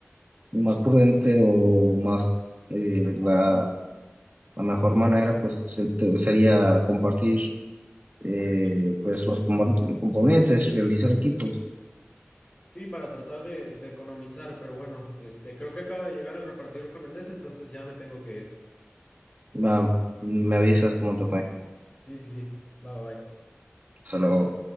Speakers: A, on the right (about 40°); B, on the left (about 35°).
A: lo más prudente o más eh, la, la mejor manera pues se- te- sería compartir eh,
B: Sí,
A: pues los compo- componentes, realizar equipos.
B: sí, para tratar de, de economizar, pero bueno, este, creo que acaba de llegar el repartidor con el DES, entonces ya me tengo que ir.
A: Va, me avisas cómo te fue.
B: Sí, sí, sí. Bye, bye, bye.
A: Hasta luego.